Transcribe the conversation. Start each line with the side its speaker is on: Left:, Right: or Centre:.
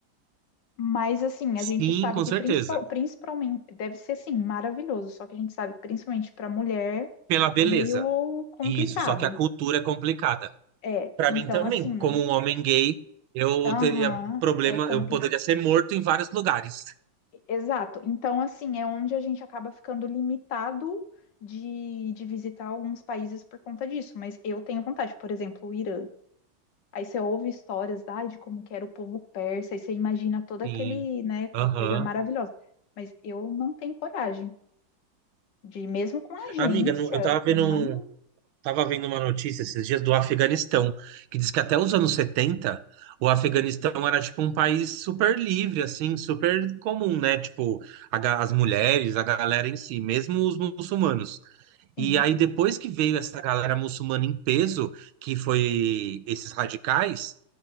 Left: Mas assim,
Right: Sim,
Left: a gente sabe
Right: com
Left: que
Right: certeza.
Left: principal, principalmente deve ser assim maravilhoso, só que a gente sabe que principalmente para mulher
Right: Pela beleza.
Left: é meio complicado.
Right: Isso, só que a cultura é complicada.
Left: É,
Right: Para
Left: então
Right: mim também,
Left: assim,
Right: como um homem gay, eu
Left: Aham,
Right: teria problema,
Left: é complicado.
Right: eu poderia ser morto em vários lugares.
Left: Exato. Então, assim, é onde a gente acaba ficando limitado de, de visitar alguns países por conta disso. Mas eu tenho vontade, por exemplo, o Irã. Aí você ouve histórias, ai, de como que era o povo persa, aí você imagina todo aquele,
Right: Sim.
Left: né, aquela
Right: Aham.
Left: coisa maravilhosa. Mas eu não tenho coragem de, mesmo com a agência,
Right: Amiga, não- eu tava vendo
Left: não,
Right: um, Estava vendo uma notícia esses dias do Afeganistão, que diz que até os anos 70 o Afeganistão era tipo um país super livre, assim, super comum, né? Tipo, a ga- as mulheres, a galera em si, mesmo os muçulmanos.
Left: sim.
Right: E aí, depois que veio essa galera muçulmana em peso, que foi esses radicais,